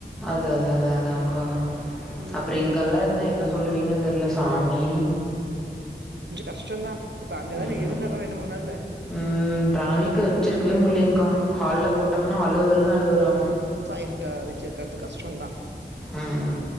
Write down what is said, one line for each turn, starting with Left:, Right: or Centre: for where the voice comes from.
Centre: அத அத அத அதாங்க்கா
Right: ம்
Centre: அப்றொ இங்கல்லா இருந்தா என்ன சொல்லுவிங்கன் தெர்ல சாமி
Right: கஷ்டந்தா இப்ப அங்கதான
Centre: ஐயோ
Right: இருந்த அப்ப ரெண்டு மூணு நாளு
Centre: ம் திராவிக்க வெச்சிருக்கவே
Right: அப்றோ
Centre: முடிலங்க்கா ஹால்ல போட்டோம்னா அழு அழு அழுகுறாங்க
Right: இருக்க வெச்சிருக்கிறது கஷ்டந்தா
Centre: ம்